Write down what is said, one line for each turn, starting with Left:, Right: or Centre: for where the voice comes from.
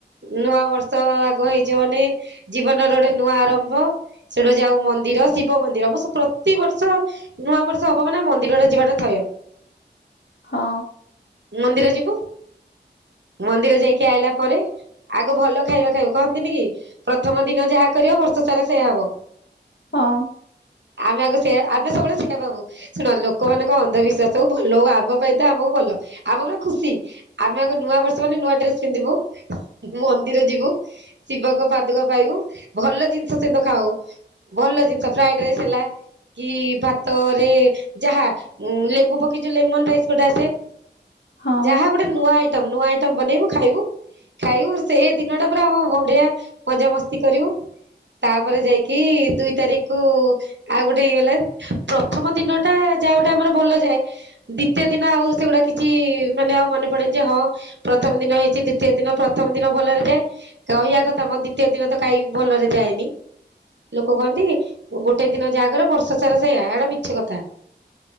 Right: ନୂଆ ବର୍ଷ ଆଗ ହେଇଚି ବୋଲି ଜୀବନର ଗୋଟେ ନୂଆ ଆରମ୍ଭ ସେଠୁ ଯାଉ ମନ୍ଦିର ଶିବ ମନ୍ଦିର ମୁଁ ସତ ତି ବର୍ଷ ନୂଆ ବର୍ଷ ହବ ମାନେ ମନ୍ଦୀରଟା ଯିବା ଟା ଥୟ।
Left: ହଁ।
Right: ମନ୍ଦିର ଯିବୁ ମନ୍ଦିର ଯାଇକି ଆଇଲା ପରେ ଆଗ ଭଲ ଖାଇବା ଖାଇବୁ। କହନ୍ତିନି କି ପ୍ରଥମ ଦିନ ଯାହା କରିବ ବର୍ଷ ସାରା ସେଇୟା ହବ।
Left: ହଁ।
Right: ଆମେ ଆଗ ସେୟା ଆମେ ସବୁଵେଳେ ସେୟା ଭାବୁ। ଶୁଣ ଲୋକ ମାନଙ୍କ ଅନ୍ଧ ବିଶ୍ୱାସ ହୋଉ ଭ ଲୋ ଆମ ପାଇଁ ତ ଆମକୁ ଭଲ ଆମେ ପୁରା ଖୁସି। ଆମେ ଆଗ ନୂଆ ବର୍ଷ ବୋଲି ନୂଆ ଡ୍ରେସ୍ ପିନ୍ଧିବୁ ମନ୍ଦିର ଯିବୁ। ଶିବଙ୍କ ପାଦୁକ ପାଇବୁ ଭଲ ଜିନିଷ ସେଦିନ ଖାଉ। ଭଲ ଜିନିଷ ଫ୍ରାଏ ଡ୍ରାଇସ୍ ହେଲା କି ଭାତରେ ଯାହା ଉଁ, ଲେମ୍ବୁ ପ କିଛି ଲେମନ୍ ରାଇସ୍ ଗୋଟେ ଆସେ,
Left: ହଁ
Right: ଯାହା ଗୋଟେ ନୂଆ ଆଇଟମ୍ ନୂଆ ଆଇଟମ୍ ବନେଇବୁ ଖାଇବୁ। ଖାଇବୁ ସେଇ ଦିନ ଟା ପୁରା ଆମ ବଢିଆ ମଜା ମସ୍ତି କରିବୁ। ତାପରେ ଯାଇକି ଦୁଇ ତାରିକୁ ଆଉ ଗୋଟେ ଇଏ ହେଲା ପ୍ରଥମ ଦିନ ଟା ଯା ହଉ ଗୋଟେ ଆମର ଭଲ ଯାଏ। ଦ୍ୱିତୀୟ ଦିନ ଆଉ ସେଗୁଡା କିଛି ମାନେ ଆଉ ମନେ ପଡେ ନି ଯେ ହଁ ପ୍ରଥମ ଦିନ ହେଇଛି ଦ୍ଵିତୀୟ ଦିନ ପ୍ରଥମ ଦିନ ଭଲରେ ଯାଏ। କହିବା କଥା ମୋ ଦ୍ୱିତୀୟ ଦିନ ତ କାଇଁ ଭଲରେ ଯାଏନି। ଲୋକ କହନ୍ତି ଗୋଟେ ଦିନ ଯାଆ କରିବ ବର୍ଷ ସାରା ସେଇୟା ଏଟା ମିଛ କଥା।